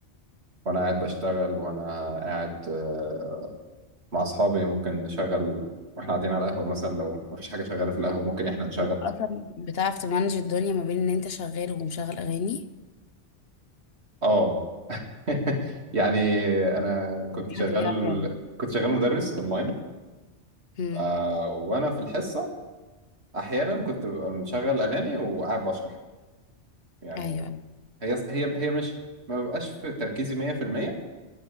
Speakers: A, on the right; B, on the left.
A: وانا قاعد بشتغل وانا قاعد آه، مع اصحابي ممكن نشغل واحنا قاعدين على القهوه مثلا لو مفيش حاجه شغاله في القهوه ممكن احنا نشغل
B: أصلا بتعرف تمانج الدنيا ما بين إن أنت شغال ومشغل أغاني
A: اه <laughs> يعني انا كنت
B: في
A: شغال
B: حد بيعرف يعمل
A: كنت شغال مدرس اونلاين
B: مم.
A: آه، وانا في الحصه احيانا كنت ببقى مشغل اغاني وقاعد بشرح يعني
B: أيوة أنا
A: هي هي هي مش ما ببقاش في تركيزي 100%